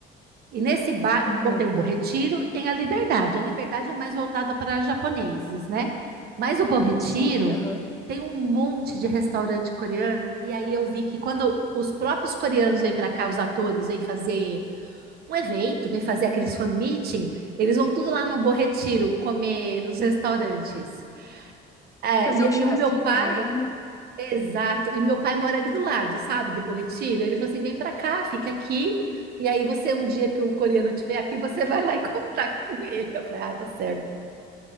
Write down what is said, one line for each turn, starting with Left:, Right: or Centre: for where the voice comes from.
Right: E nesse bairro
Left: Uhum.
Right: tem o Bom Retiro e tem a Liberdade. A Liberdade é mais voltada para japoneses, né? Mas o Bom Retiro
Left: Sim, aham.
Right: tem um monte de restaurante coreano. E aí eu vi que quando os próprios coreanos vêm para cá, os atores vêm fazer um evento, vêm fazer aqueles fan meeting, eles vão tudo lá no Bom Retiro comer nos restaurantes. É,
Left: Fazer
Right: e,
Left: um churrasquinho
Right: e o meu pai,
Left: coreano.
Right: exato, e meu pai mora ali do lado, sabe, do Bom Retiro. Ele falou assim: vem pra cá, fica aqui. E aí você, um dia que o coreano estiver aqui, você vai lá e <laughs> comprar com ele. Eu falei: ah, tá certo.